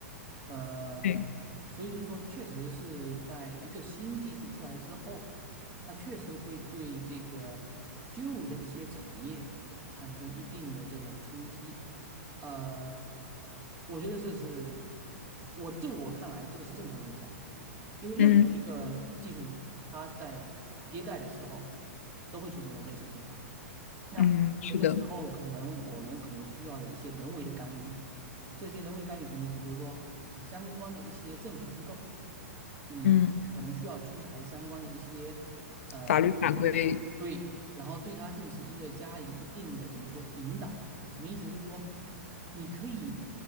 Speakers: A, on the right; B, on the left.
A: 呃，
B: 对。
A: 所以就是说，确实是在一个新技术出来之后，它确实会对这个旧的一些产业产生一定的这种冲击。呃，我觉得这是我就我看来，这个是正常现象，因为任何一个技术它在迭代的时候
B: 嗯
A: 都会出现这种类似的情况。那这个时候，
B: 嗯，是的，
A: 可能我们可能需要有一些人为的干预。这些人为干预什么意思呢？比如说，相关的一些政府机构，你可能需要出台相关的一些呃，
B: 嗯法律法规，
A: 对，然后对它进行一个加以一定的怎么说引导？什么意思呢？就是说，你可以，